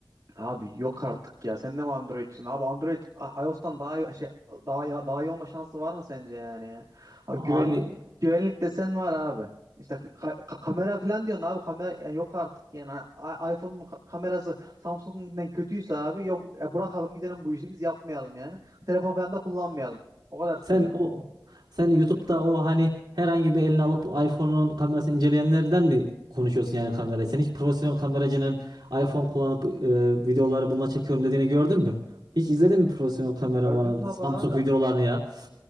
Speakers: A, on the right; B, on the right.
A: Abi yok artık ya. Sen de mi Android'cisin? Abi Android I- iOS'tan daha iyi, şey daha ya daha iyi olma şansı var mı sence yani ya? Abi
B: Abi
A: güvenlik güvenlik desen var abi. İşte ka- ka- kamera falan diyorsun abi kamera ya yok artık yani I- iPhone'un ka- kamerası Samsung'dan kötüyse abi yok ya bırakalım gidelim bu işi biz yapmayalım yani. Telefon falan da kullanmayalım. O kadar söylüyorum.
B: sen o sen YouTube'da o hani herhangi bir elini alıp iPhone'un kamerasını inceleyenlerden mi konuşuyorsun yani kamerayı? Sen hiç profesyonel kameracının iPhone kullanıp e, videoları bununla çekiyorum dediğini gördün mü? Hiç izledin mi profesyonel kameramanın
A: Gördüm tabii
B: Samsung
A: abi.
B: videolarını ya?